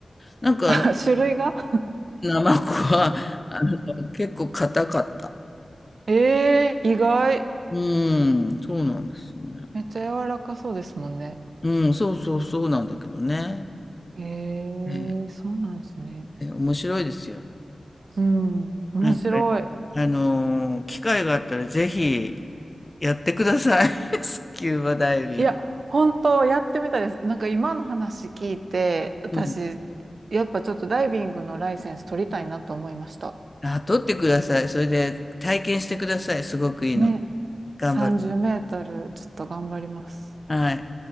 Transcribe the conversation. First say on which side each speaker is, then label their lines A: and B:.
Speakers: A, on the left (about 35°); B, on the right (about 75°).
A: なんか、
B: <laughs>
A: あの、
B: 種類が <laughs>
A: ナマコは、あの、結構硬かった。
B: ええー、意外。
A: うーん、そうなんですね。
B: めっちゃ柔らかそうですもんね。
A: うん、そうそうそうなんだけどね。
B: へえ、
A: うん、
B: そうなんですね。
A: 面白いですよ。
B: うん、面白い。
A: なんかあのー、機会があったらぜひやってください。<laughs> スキューバダイビング。
B: いや、本当やってみたいです。なんか今の話聞いて、私、
A: うん。
B: やっぱちょっとダイビングのライセンス取りたいなと思いました。
A: あ、撮ってください。それで体験してください。すごくいいので。
B: ね、
A: 頑張る。
B: 30メートル、ちょっと頑張ります。
A: はい。